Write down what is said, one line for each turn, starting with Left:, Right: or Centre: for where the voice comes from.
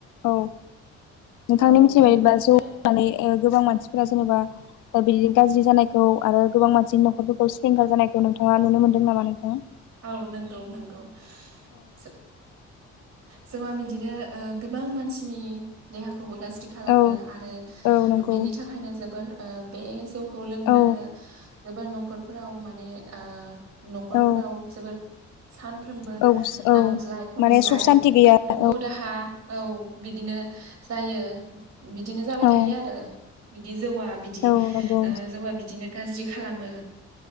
Left: औ नोंथांनि
Right: औ
Left: मिथिबायबादिबा
Right: बेफोरबायदिनो
Left: जौ लोंनानै ओ गोबां मानसिफोरा जेनेबा दा बिदि गाज्रि जानायखौ आरो गोबां मानसिनि न'खरफोरखौ सिलिंखार जानायखौ नोंथाङा नुनो मोनदों नामा नोंथाङा?
Right: औ नोंगौ नोंगौ। जो जौवा बिदिनो ओ गोबां मानसिनि देहा खौबो गाज्रि खालामो
Left: औ
Right: आरो
Left: औ नंगौ
Right: बेनि थाखायनो जोबोर ओ बे जौ खौ लोंब्लानो
Left: औ
Right: जोबोर न'खरफोराव माने ओ न'खरफोराव
Left: औ
Right: जोबोर सानफ्रोमबो
Left: औ औ
Right: नांज्लाय खमज्लाय
Left: माने सुख सान्ति गैया
Right: दुखु
Left: औ
Right: दाहा, औ बिदिनो जायो। बिदिनो जाबाय
Left: औ
Right: थायो आरो बिदि जौवा बिदि
Left: औ नंगौ
Right: ओ जौवा बिदिनो गाज्रि खालामो